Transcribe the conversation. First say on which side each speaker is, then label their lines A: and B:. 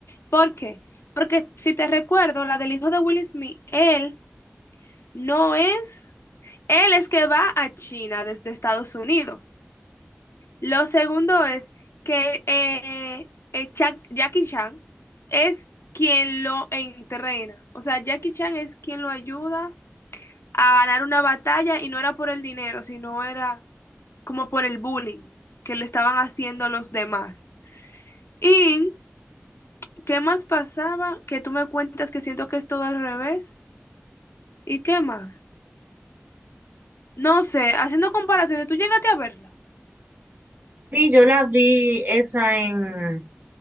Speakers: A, on the left (about 65°); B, on the right (about 45°).
A: ¿Por qué? Porque si te recuerdo, la del hijo de Will Smith, él no es, él es que va a China desde Estados Unidos. Lo segundo es que eh, eh, Cha- Jackie Chan es quien lo entrena. O sea, Jackie Chan es quien lo ayuda a ganar una batalla y no era por el dinero, sino era como por el bullying que le estaban haciendo a los demás. ¿Y qué más pasaba? Que tú me cuentas que siento que es todo al revés. ¿Y qué más? No sé, haciendo comparaciones, tú llegaste a verla.
B: Sí, yo la vi esa en,